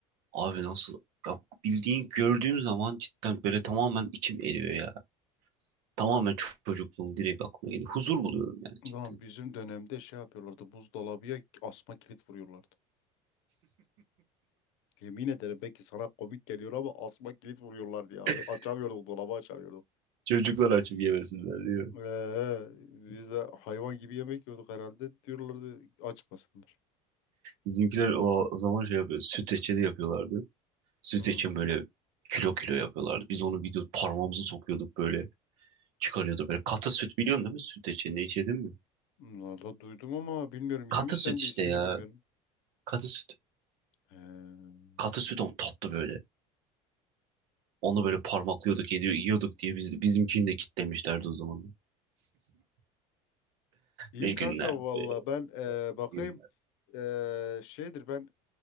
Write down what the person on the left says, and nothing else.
Ulan bizim dönemde şey yapıyorlardı buzdolabıya asma kilit vuruyorlardı. Yemin ederim belki sana komik geliyor ama asma kilit vuruyorlardı ya.
Açamıyorduk dolabı açamıyorduk.
Ee, biz de hayvan gibi yemek yiyorduk herhalde. Diyorlardı açmasınlar.
Hı.
Valla duydum ama bilmiyorum. Yemişsem
de ismini
bilmiyorum.
He.
İyi
kanka valla
ben e, bakayım
E, şeydir ben